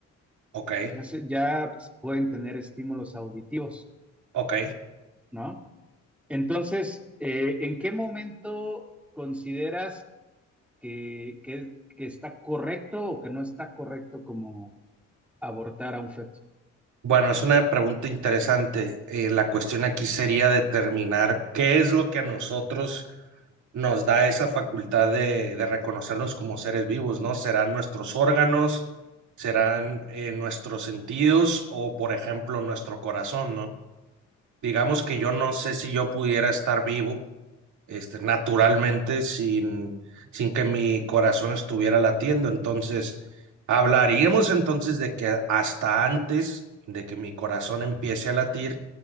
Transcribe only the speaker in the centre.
Ya, se- ya pueden tener estímulos auditivos,
¿no? Entonces, eh, ¿en qué momento consideras que, que, que está correcto o que no está correcto como abortar a un feto.